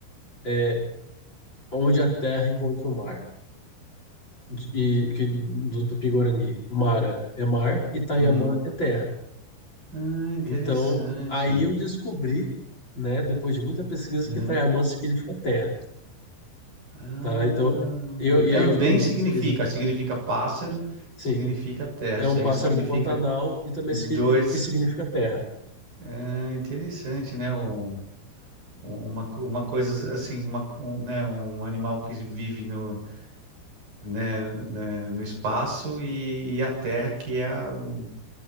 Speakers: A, on the left; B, on the right.
A: é onde a terra encontra o mar. de- e- que- do Tupi-Guarani, Mara é mar e Tayamã
B: Uhum.
A: é terra.
B: Ah, interessante.
A: Então, aí eu descobri, né, depois de muita pesquisa,
B: Uhum.
A: que Tayamã significa terra,
B: Ah,
A: tá? Então, eu, e
B: também
A: aí eu fiquei muito
B: significa,
A: feliz. Eu-
B: significa pássaro,
A: sim,
B: significa terra,
A: é
B: ou seja,
A: um pássaro
B: significa
A: do Pantanal e também
B: dois.
A: significa, que significa terra,
B: Ah, interessante, né? Um- um, uma, co- uma coisa assim, uma, um, né? um animal que vive no, né? né, no espaço e, e a terra que é a, o-